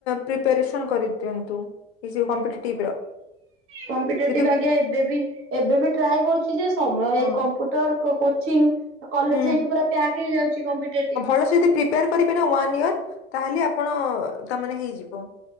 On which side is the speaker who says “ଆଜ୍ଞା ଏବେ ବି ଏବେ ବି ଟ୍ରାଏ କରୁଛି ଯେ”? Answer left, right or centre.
Right